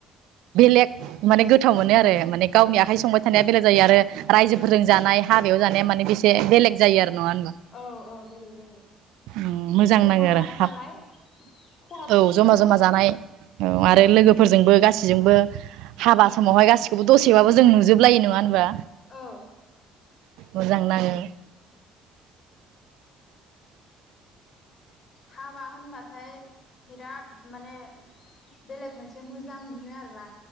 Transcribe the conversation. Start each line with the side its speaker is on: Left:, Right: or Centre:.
Right: बेलेग माने गोथाव
Left: उम
Right: मोनो आरो माने गावनि
Left: बेलेग
Right: आखाइ
Left: उम
Right: संबाय थानाया बेलेग जायो आरो रायजो फोरजों जानाय हाबायाव जानाया माने बेसे बेलेग जायो आरो। नंङा ओनबा?
Left: औ औ बेलेग जायो
Right: उम्म मोजां
Left: जमा
Right: नाङो आरो
Left: जानाय
Right: हा
Left: नालाय खहाबसिनो
Right: औ जमा
Left: आरो
Right: जमा जानाय औ
Left: उम
Right: आरो लोगोफोरजोंबो गासिबो बिजोंबो हाबा
Left: उम
Right: समावहाय गासिखौबो दसेबाबो जों नुजोबलायो नङा होनबा?
Left: औ
Right: मोजां नाङो।
Left: हाबा होनबाथाय बिराद माने बेलेग मोनसे मोजां मोनो आरोना।